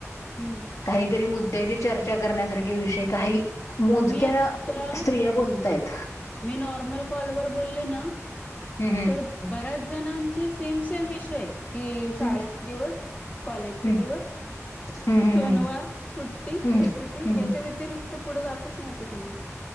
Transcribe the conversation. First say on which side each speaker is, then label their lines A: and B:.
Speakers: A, on the left (about 30°); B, on the left (about 80°).
A: हम्म
B: काहीतरी, मुद्द्याची चर्चा करण्यासारख विषयी काही, मोजक्या
A: मी आता
B: स्त्रिया बोलतायत.
A: मी नॉर्मल कॉलवर, बोलले ना,
B: हम्म
A: तर बऱ्याच जणांचे सेम-सेम विषय कि शाळेचा
B: हम्म
A: दिवस, कॉलेजचे
B: हम्म
A: दिवस
B: हम्म
A: सनवार,
B: हम्म
A: सुट्टी,
B: हम्म
A: रेसिपी
B: हम्म हम्म
A: ह्याच्या व्यतिरिक्त, पुढ जातच नाहीत त्यनी